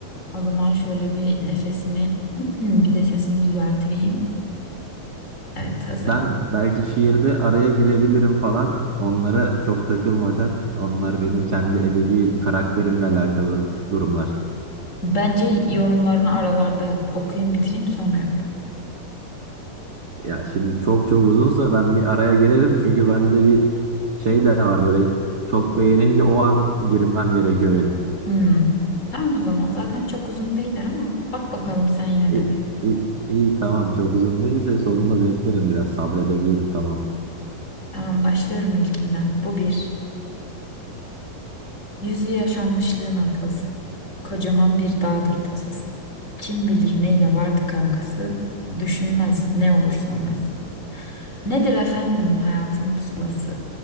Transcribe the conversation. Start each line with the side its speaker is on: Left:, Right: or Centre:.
Left: O zaman şöyle bir nefesimi, <clears throat> bir de sesimi düzelteyim. Evet hazırım.
Right: Ben belki şiirde araya girebilirim falan. Onlara çok takılma sen. Onlar benim kendi edebi karakterimle alakalı durumlar.
Left: Bence yorumlarını aralarda yap. Okuyayım bitireyim sonra yap.
Right: Ya şimdi çok çok uzunsa ben bir araya girerim. Çünkü bende bir şey de var böyle çok beğenince o an girmem gerekiyor benim.
Left: Hmm. Tamam o zaman. Zaten çok uzun değiller ama bak bakalım sen yine
Right: İyi,
Left: de bir.
Right: iyi, iyi, tamam çok uzun değilse sonunu beklerim biraz sabredebilirim tamam.
Left: Tamam başlıyorum ilkinden. Bu bir. Yüzü yaşanmışlığın atlası. Kocaman bir dağdır tasası. Kim bilir neyle vardı kavgası. Düşünmez ne olur sonrası. Nedir efendim hayatın pusulası?